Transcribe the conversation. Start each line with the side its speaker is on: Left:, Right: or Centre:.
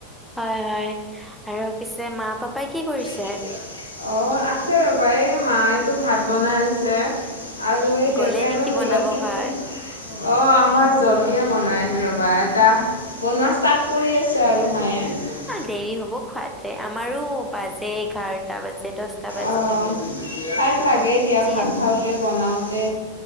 Centre: হয়, হয়! আৰু পিছে, মা-পাপাই কি কৰিছে?
Left: অ'! আছে ৰ'বা, এই মায়েতো ভাত বনাই আছে। আৰু এই
Centre: গ'লে
Left: দেউতা
Centre: নেকি
Left: এনেই, মোবাইল
Centre: বনাব
Left: চাইছে।
Centre: ভাত?
Left: অ'! আমাৰ জলদিয়ে বনাই। ৰ'বা এতিয়া, বনোৱা ষ্টাৰ্ট কৰি আছে আৰু মায়ে।
Centre: অ'! দেৰি হব খোৱাতে, আমাৰো বাজে এঘাৰটা বাজে। দছটা বাজে।
Left: অ'! টাইম লাগে দিয়া,
Centre: যিহেত
Left: ভাত খাওঁতে, বনাওঁতে।